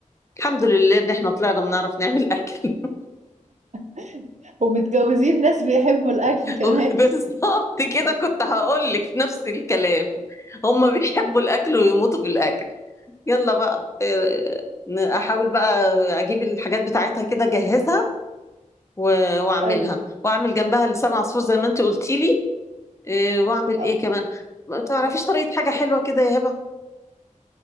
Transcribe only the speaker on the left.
الحمد لله ان احنا طلعنا بنعرف نعمل اكل
<laughs>
بالظبط كده كنت هقول لك نفس الكلام هم بيحبوا الاكل ويموتوا بالاكل يلا بقى آه، آه، احاول بقى اجيب الحاجات بتاعتها كده اجهزها و- واعملها
واعمل جنبها لسان عصفور زي ما انت قلتي لي إيه واعمل
ايه كمان ما تعرفيش طريقة حاجة حلوة كده يا هبة